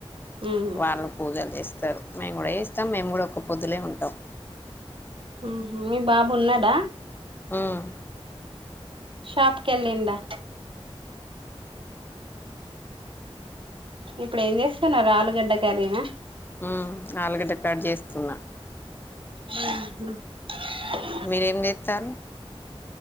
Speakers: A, on the right; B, on the left.
A: ఉమ్
B: వాళ్ళు పూజల్ చేస్ స్తరు మేము గుడా చేస్తాం మేము కూడా ఒక్క పొద్దులే ఉంటాం
A: ఊహుం మీ బాబు ఉన్నాడా
B: ఉహ్
A: షాప్ కెళ్ళిండా ఇప్పుడు ఏం జెస్తున్నారు ఆలుగడ్డ కర్రీన
B: ఉమ్ ఆలుగడ్డ కట్ చేస్తున్నా
A: ఆహ <unintelligible>
B: మీరేం జేత్తాళ్ళు